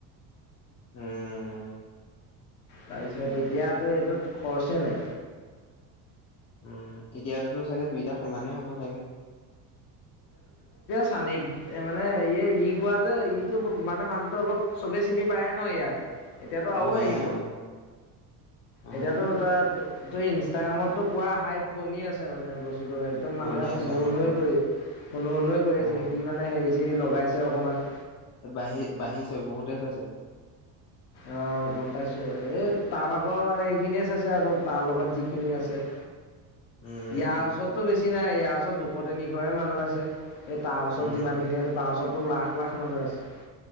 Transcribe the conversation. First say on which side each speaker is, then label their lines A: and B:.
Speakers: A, on the left; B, on the left.
A: উম
B: তাৰপিছত এতিয়াতো এইটোত খৰচেই ন
A: উম এতিয়াততো চাগে দুইটা সমানে হ'ব চাগে
B: চানেই মানে হেয়ে ই কোৱা যে ইটো মানে মানুহটো অলপ চবে চিনি পায় ন ইয়াক এতিয়াতো
A: ভূঞাই
B: আ আহিব
A: অ', অ',
B: এতিয়াতো তাত ত ইনষ্টাগ্ৰামতটো পুৰা হাইপ বনি আছে মানে বস্তু ছিল একদম
A: বনি
B: মানুহে
A: আছে
B: শুন শুনোৱে
A: অ',
B: কৰি শুনো শুনোৱে কৰি
A: অ',
B: আছে সি মানে হেৰি চেৰি লগাইছে অকণমান।
A: বাঢ়ি বাঢ়িছে বহুতে চাইছে।
B: অ' গ'ম পাইছো। এই তাৰ ভাগৰ সেইখিনিয়ে চাইছে আকৌ তাৰ লগত যিখিনি আছে।
A: <unintelligible> উম,
B: ইয়াৰ
A: উম,
B: ওচৰতো বেছি নাই ইয়াৰ ওচৰত দুশ তিনিশহে মানুহ আছে এই তাৰ ওচৰত
A: উম,
B: যিমানখিনি আছে তাৰ ওচৰতো লাখ লাখ মানুহ আছে।